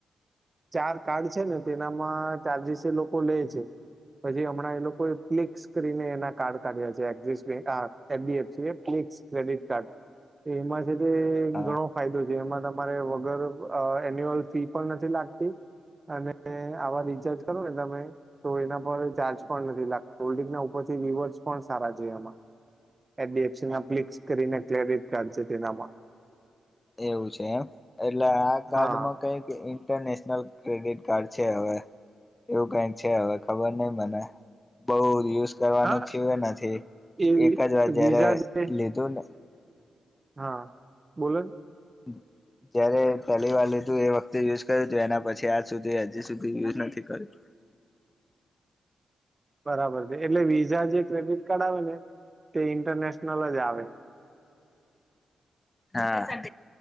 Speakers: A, on the right; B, on the left.
A: ચાર કાર્ડ છે ને તેનામાં ચર્જિશ એ લોકો લે છે. પછી હમણાં એ લોકો્લ સ્ક્રીને એના કાર્ડ કાઢ્યા છે Axis bank H. D. F. C clicks credit card એમાંથી બી
B: અ
A: ઘણો ફાયદો છે. જેમાં તમારે વગર એન્યુઅલ ફી પણ નથી લાગતી અને આવા રિચાર્જ કરો ને તમે તો એના પર ચાર્જ પણ નથી લાગતો કોલ્ડ્રિંક ના ઉપરથી રીવર્ડ્સ પણ સારા છે એમાં એડીએફસીમાં ક્લિક્સ કરીને ક્રેડિટ કાર્ડ છે તેનામાં
B: એવું છે એમ એટલે આ કાર્ડમાં
A: હા
B: કઈક ઇન્ટરનેશનલ ક્રેડિટ કાર્ડ છે હવે એવું કઈક છે હવે ખબર નહી મને બહુ જ યુઝ કરવાનું
A: હા
B: થયું નથી
A: એ
B: એક જ વાર જયારે
A: વિઝા જે
B: લીધું ને
A: હા બોલો
B: <inaudible> જયારે પહેલી વાર લીધું એ વખતે યુઝ કર્યું હતું એના પછી આજ સુધી હજી સુધી યુઝ નથી કર્યો.
A: બરાબર છે એટલે વિઝા જે ક્રેડિટ કાર્ડ આવે ને તે ઇન્ટરનેશનલ જ આવે.
B: હા